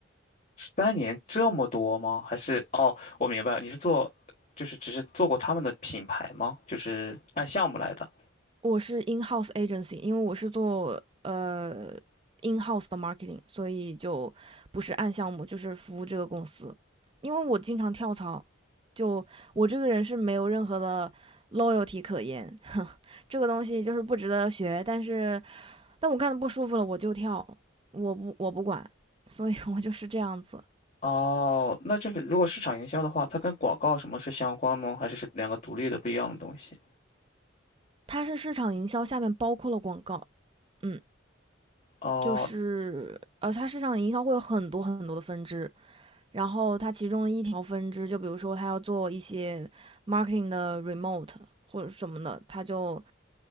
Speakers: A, on the left; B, on the right.
A: 三年这么多吗？还是哦，我明白了，你是做，就是只是做过他们的品牌吗？就是按项目来的。
B: 我是 in house agency，因为我是做呃 in house 的 marketing，所以就不是按项目，就是服务这个公司。因为我经常跳槽，就我这个人是没有任何的 loyalty 可言，这个东西就是不值得学。但是，但我干的不舒服了，我就跳，我不我不管，所以 <laughs> 我就是这样子。
A: 哦，那就是如果市场营销的话，它跟广告什么是相关吗？还是是两个独立的不一样的东西？
B: 它是市场营销下面包括了广告，嗯，
A: 哦
B: 就是呃，它市场营销会有很多很多的分支，然后它其中的一条分支，就比如说他要做一些 marketing 的 remote 或者什么的，他就